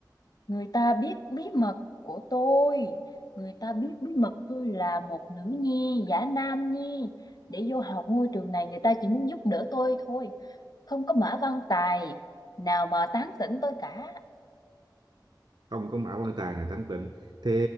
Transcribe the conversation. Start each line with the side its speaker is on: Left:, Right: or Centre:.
Left: người ta biết bí mật của tôi người ta biết bí mật tôi là một nữ nhi giả nam nhi để vô học ngôi trường này người ta chỉ muốn giúp đỡ tôi thôi không có mã văn tài nào mà tán tỉnh tôi cả
Right: không có mã quan tài nào thắng tỉnh thế